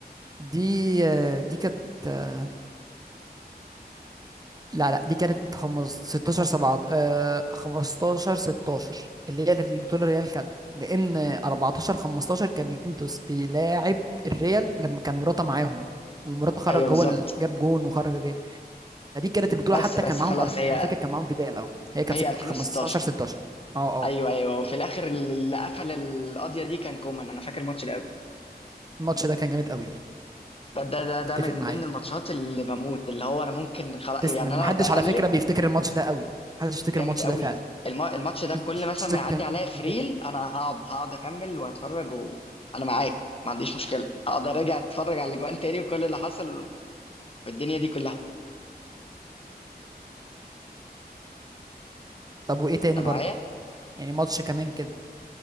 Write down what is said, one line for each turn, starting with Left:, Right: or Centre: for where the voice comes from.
Right: دي آه، دي كانت آه، لا لا دي كانت خمس... 16 7 آه، 15 16 اللي هي البطوله الريال خدها لان 14 15 كان يوفنتوس بيلاعب الريال لما كان مراته معاهم ومراته خرج
Left: ايوه بالظبط
Right: هو اللي جاب جون وخرج الريال فدي كانت البطوله
Left: بس
Right: حتى
Left: بس
Right: كان معاهم
Left: خلاص
Right: أرت...
Left: هي
Right: انا فاكر كان معاهم فيدال اه هي كانت
Left: هي
Right: ست...
Left: 2016
Right: 15 16 اه
Left: ايوه
Right: اه
Left: ايوه وفي الاخر اللي قفل القضيه دي كان كومان انا فاكر الماتش ده قوي
Right: الماتش ده كان جامد قوي
Left: ده ده
Right: اتفق
Left: ده من
Right: معاك
Left: ضمن الماتشات اللي بموت اللي هو انا ممكن خلاص
Right: تسلم
Left: يعني انا
Right: محدش
Left: بقلب
Right: على فكره بيفتكر الماتش ده قوي محدش يفتكر
Left: جامد
Right: الماتش
Left: قوي
Right: ده فعلا
Left: الم- الماتش ده
Right: الماتش
Left: كل مثلا ما
Right: ده كان
Left: يعدي عليا فريل
Right: جامد
Left: انا هقعد هقعد اكمل واتفرج وانا معاك ما عنديش مشكله هقعد ارجع اتفرج على الاجوان تاني وكل اللي حصل والدنيا دي كلها
Right: طب وايه تاني
Left: انت
Right: برضو
Left: معايا
Right: يعني ماتش كمان كده